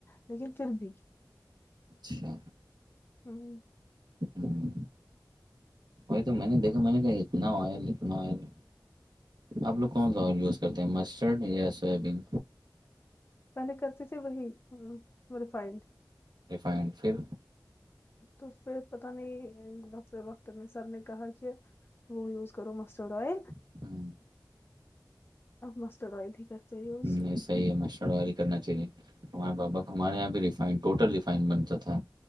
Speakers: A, on the left (about 30°); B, on the right (about 75°).
A: لیکن پھر بھی
B: اچھا
A: ہمم
B: ہمم وہی تو میں نے دیکھا میں نے کہا اتنا آئل اتنا آئل آپ لوگ کون سا اور یوز کرتے ہیں مسٹرڈ یا سویابین
A: پہلے کرچے سے وہی ریفائنڈ
B: ریفائنڈ پھر
A: تو پھر پت نہیں ڈاکٹر واکٹر میں سر نے کہا کیا وہ یوز کرو مسٹرڈ آئل
B: پھر
A: آپ مسٹرڈ آوئل ت کرتے ہیں یوز
B: ہمم اہے مچ وی کرنا چاہیے ہمارے پابا کو ہمارے یہاں بھیی ٹوٹل ریفائن بنتا تھا